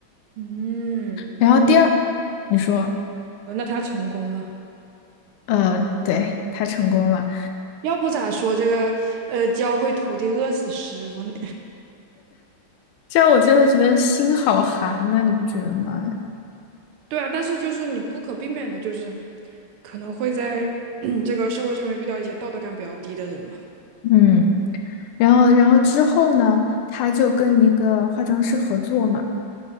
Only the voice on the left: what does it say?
然后第二，
你说，
呃，对，他成功了，
这样我真的觉得心好寒呐，你不觉得吗？
嗯，然后然后之后呢，他就跟一个化妆师合作嘛。